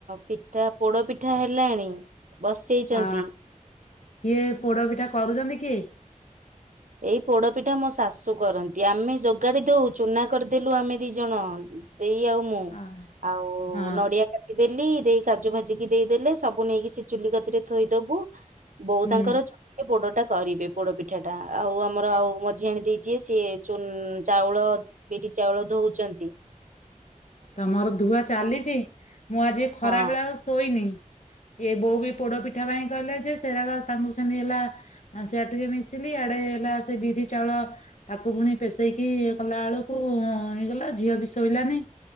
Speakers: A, on the right; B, on the left.
A: ପିଠା ପୋଡ ପିଠା ହେ ଲାଣି ବସେଇଚନ୍ତି।
B: ଆ କିଏ ପୋଡ ପିଠା କରୁଛନ୍ତି କିଏ?
A: ଏଇ ପୋଡପିଠା ମୋ ଶାଶୁ କରନ୍ତି ଆମେ ଯୋଗାଡି ଦଉ ଚୁନା କରିଦେଲୁ ଆମେ ଦି ଜଣ ଦେଇ ଆଉ ମୁଁ
B: ଆ
A: ଆଉ
B: ହଁ
A: ନଡିଆ କାଟିଦେଲି ଦେଇ କାଜୁ ଭାଜିିକି ଦେଇଦେଲେ ସବୁ ନେଇକି ସେ ଚୁଲି କତିରେ ଥୋଇଦବୁ ବୋଉ
B: ହୁଁ
A: ତାଙ୍କ ର <unintelligible> ଲି ରେ ପୋଡ ଟା କରିବେ ପୋଡ଼ ପି ପିଠା ଟା ଆଉ ଆମର ଆଉ ମଝି ଆଣି ଦେଇ ଯିଏ ସିଏ ଚୁନ ଚାଉଳ ବିରି ଚାଉଳ ଧୋଉଚନ୍ତି
B: ତମର ଧୂଆ ଚାଲିଛି ମୁଁ ଆଜି ଖରା
A: ହଁ
B: ବେଳେ ଆଉ ଶୋଇନି। ଏ ବୋଉ ବି ପୋଡ ପିଠା ପାଇଁ କହିଲା ଯେ ସେରାଗ ତାଙ୍କୁ ସେମତି ହେଲା ସିଆଡେ ଟିକେ ମିଶିଲି ଆଡେ ହେଲା ସେ ବିରି ଚାଉଳ ତାକୁ ପୁଣି ପେଷେଇକି କଲା ବେଳକୁ ଅ ହେଇଗଲା ଝିଅ ବି ଶୋଇଲାନି